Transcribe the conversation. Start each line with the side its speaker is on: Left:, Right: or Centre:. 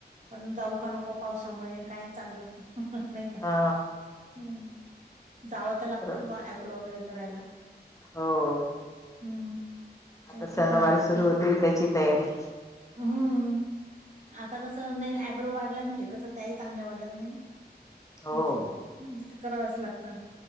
Right: पण जाऊ का नको पावसामुळे काय चाललं नाही का
Left: हा
Right: ह जावं तर
Left: बरोबर
Right: लागतंच बा ब्रो वगैरे करायला.
Left: हो
Right: हम्म काय
Left: आता
Right: ती
Left: सणवार
Right: पण आता
Left: सुरू होतील त्याची तयारी.
Right: हम आता कसं नाही आयब्रो वाढला म्हणजे कसं त्याही चांगल्या वाटत नाही ना
Left: हो
Right: अस् ते करावच लागता.